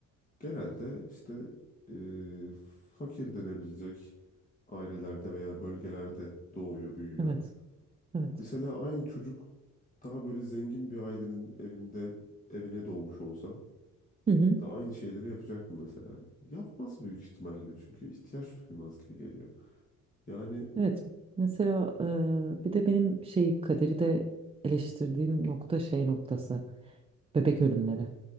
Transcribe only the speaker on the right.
Evet, evet.
Hı hı.
Evet. Mesela eee, bir de benim şey kaderi de eleştirdiğim nokta şey noktası. Bebek ölümleri